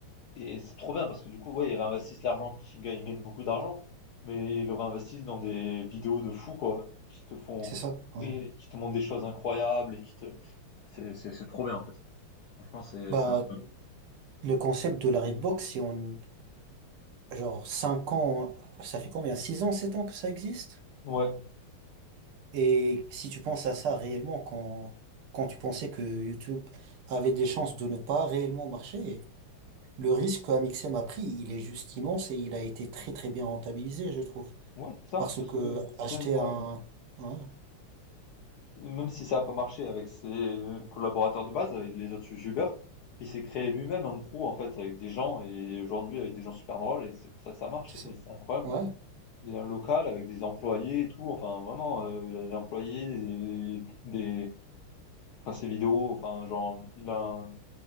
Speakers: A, on the left (about 70°); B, on the right (about 80°).
A: Et c'est trop bien parce que du coup, ouais, ils réinvestissent l'argent qu'ils gagnent, ils gagnent beaucoup d'argent, mais ils le réinvestissent dans des vidéos de fou, quoi, qui te font
B: c'est ça, ouais.
A: rire, et qui te montrent des choses incroyables et qui te. C'est, c'est, c'est trop bien en fait. Franchement, c'est,
B: Bah,
A: c'est incroyable.
B: le concept de la Redbox, si on, genre, 5 ans, ça fait combien? six ans, 7 ans que ça existe?
A: Ouais,
B: Et si tu penses à ça réellement quand, quand tu pensais que YouTube avait des chances de ne pas réellement marcher, le risque qu'Amixem a pris, il est juste immense et il a été très très bien rentabilisé, je trouve.
A: ouais, c'est ça.
B: Parce
A: Parce
B: que
A: que euh,
B: acheter
A: même moi,
B: un, un-
A: Même si ça a pas marché avec ses collaborateurs de base, avec les autres youtubeurs, il s'est créé lui-même un crew en fait avec des gens et aujourd'hui avec des gens super drôles et c'est pour ça que ça marche
B: C'est ça?
A: et c'est incroyable.
B: Ouais,
A: Il y a un local avec des employés et tout, enfin vraiment, euh, il y a des employés, des, des, enfin ses vidéos, enfin genre il a un-